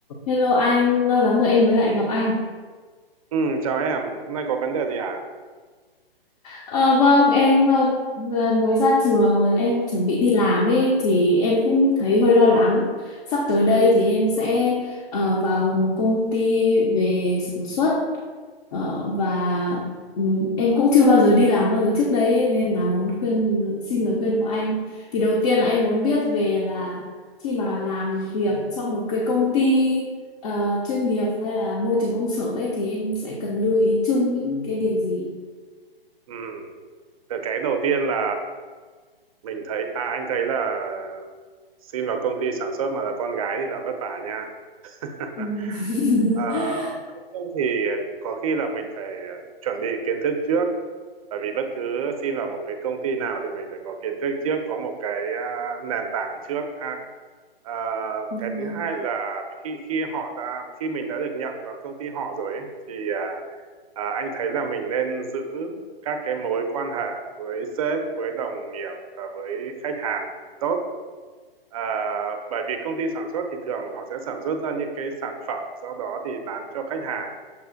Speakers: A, on the left; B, on the right.
A: Hello anh, lâu lắm rồi em mới lại gặp anh.
B: Ừ, chào em, hôm nay có vấn đề gì à?
A: Ờ, vâng, em ờ, vừa mới ra trường và em chuẩn bị đi làm ấy thì em cũng thấy hơi lo lắng. Sắp tới đây thì em sẽ ờ, vào một công ty về sản xuất Ờ, và ừm, em cũng chưa bao giờ đi làm bao giờ trước đấy ấy, nên là muốn khuyên xin lời khuyên của anh thì đầu tiên là em muốn biết về là khi mà làm việc trong một cái công ty ờ, chuyên nghiệp hay là môi trường công sở ấy thì em sẽ cần lưu ý chung những cái điều gì
B: Ừ, cái cái đầu tiên là mình thấy, à anh thấy là xin vào công ty sản xuất mà là con gái thì là vất vả nha. <laughs>
A: Ừm. <laughs>
B: À, không thì có khi là mình phải chuẩn bị kiến thức trước, bởi vì bất cứ xin vào một cái công ty nào thì mình phải có kiến thức trước, có một cái à, nền tảng trước ha. À,
A: Vâng.
B: cái thứ hai là khi khi họ đã khi mình đã được nhận vào công ty họ rồi ấy, thì à, À, anh thấy là mình nên giữ các cái mối quan hệ với sếp, với đồng nghiệp và với khách hàng tốt. À, bởi vì công ty sản xuất thì thường họ sẽ sản xuất ra những cái sản phẩm, sau đó thì bán cho khách hàng.